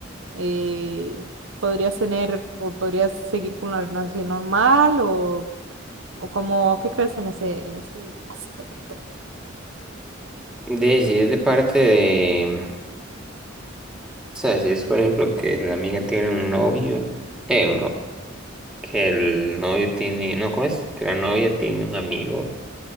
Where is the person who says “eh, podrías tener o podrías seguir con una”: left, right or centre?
Right